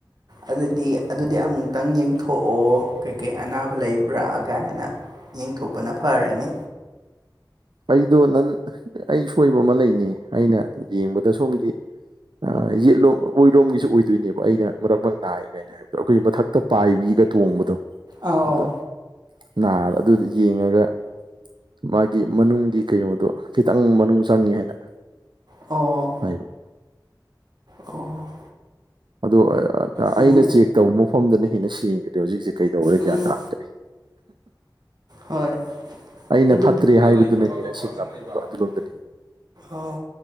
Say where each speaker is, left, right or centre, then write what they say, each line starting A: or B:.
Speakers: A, on the right (about 60°); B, on the right (about 75°).
A: ꯑꯗꯨꯗꯤ ꯑꯗꯨꯗꯤ ꯑꯃꯨꯛꯇꯪ ꯌꯦꯡꯊꯣꯛꯑꯣ ꯀꯩꯀꯩ ꯑꯅꯥꯕ ꯂꯩꯕ꯭ꯔꯥꯥ ꯀꯥꯏꯍꯥꯏꯅ ꯌꯦꯡꯊꯣꯛꯄꯅ ꯐꯔꯅꯤ
B: ꯑꯩꯗꯣ ꯅꯪ ꯑꯩ ꯁꯣꯏꯕ ꯑꯃ ꯂꯩꯅꯦ ꯑꯩꯅ ꯌꯦꯡꯕꯗ ꯁꯣꯝꯒꯤ ꯑꯥ ꯌꯦꯠꯂꯣꯝ ꯑꯣꯏꯔꯣꯝꯒꯤꯁꯦ ꯑꯣꯏꯗꯣꯏꯅꯦꯕ ꯑꯩꯅ ꯃꯔꯛ ꯃꯔꯛ ꯅꯥꯏꯒ ꯍꯥꯏꯕꯗꯣ ꯑꯈꯣꯏ ꯃꯊꯛꯇ ꯄꯥꯏꯕꯤꯒ ꯇꯣꯡꯕꯗꯣ
A: ꯑꯥ
B: ꯑꯗ
A: ꯑꯣ
B: ꯅꯥ ꯑꯗꯨꯗꯣ ꯌꯦꯡꯉꯒ ꯃꯥꯒꯤ ꯃꯅꯨꯡꯒꯤ ꯀꯩꯅꯣꯗꯣ ꯈꯤꯇꯪ ꯃꯅꯨꯡ ꯆꯪꯉꯦ ꯍꯥꯏꯅ
A: ꯑꯣ
B: ꯍꯥꯏꯕ
A: ꯑꯣ
B: ꯑꯗꯣ
A: ꯎꯝ
B: ꯑꯩꯅ ꯆꯦꯛ ꯇꯧꯕ ꯃꯐꯝꯗꯅ ꯍꯦꯟꯅ ꯁꯦꯡꯈꯔ꯭ꯦ ꯍꯧꯖꯤꯛꯁꯦ ꯀꯩꯗꯧꯔꯦ
A: ꯎꯝ
B: ꯒ꯭ꯌꯥꯟ ꯇꯥꯗ꯭ꯔꯦ
A: ꯍꯣꯏ
B: ꯑꯩꯅ
A: ꯑꯗꯨꯗꯤ
B: ꯐꯠꯇ꯭ꯔꯦ
A: ꯍꯩꯅꯧ
B: ꯍꯥꯏꯕꯗꯨꯅ
A: ꯂꯩꯇ꯭ꯔꯕ
B: ꯍꯦꯟꯅ
A: ꯑꯇꯣꯞꯄ
B: ꯁꯦꯡꯂꯝꯃꯦꯕ
A: ꯅꯪ ꯂꯩꯕꯗꯣ
B: ꯑꯗꯨꯂꯣꯝꯗꯅ ꯍꯦꯟꯅ
A: ꯑꯥꯎ